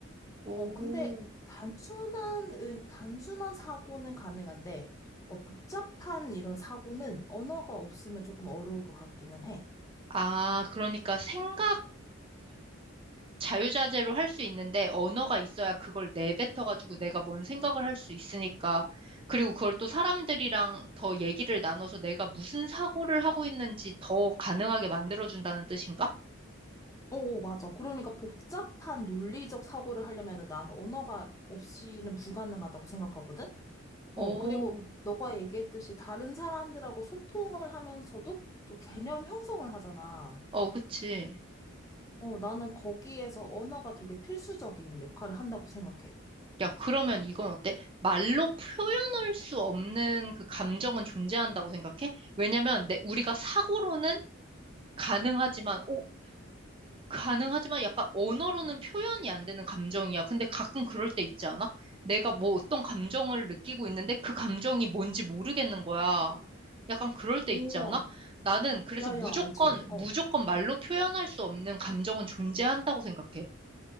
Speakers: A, on the right; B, on the left.
A: 오.
B: 어, 근데 단순한, 음, 단순한 사고는 가능한데, 어, 복잡한 이런 사고는 언어가 없으면 조금 어려울 것 같기는 해.
A: 아, 그러니까 생각은 자유자재로 할 수 있는데 언어가 있어야 그걸 내뱉어가지고 내가 뭔 생각을 할 수 있으니까. 그리고 그걸 또 사람들이랑 더 얘기를 나눠서 내가 무슨 사고를 하고 있는지 더 가능하게 만들어준다는 뜻인가?
B: 어, 어, 맞아. 그러니까 복잡한 논리적 사고를 하려면 나는 언어가 없이는 불가능하다고 생각하거든?
A: 오,
B: 어, 그리고 너가 얘기했듯이 다른 사람들하고 소통을 하면서도 또 개념 형성을 하잖아.
A: 어, 그치.
B: 어, 나는 거기에서 언어가 되게 필수적인 역할을 한다고 생각해.
A: 야, 그러면 이건 어때? 말로 표현할 수 없는 그 감정은 존재한다고 생각해? 왜냐면 내, 우리가 사고로는 가능하지만, 어, 가능하지만 약간 언어로는 표현이 안 되는 감정이야. 근데 가끔 그럴 때 있지 않아? 내가 뭐 어떤 감정을 느끼고 있는데 그 감정이 뭔지 모르겠는 거야. 약간 그럴 때
B: 우와,
A: 있지 않아? 나는 그래서
B: 야야,
A: 무조건,
B: 알지? 어.
A: 무조건 말로 표현할 수 없는 감정은 존재한다고 생각해.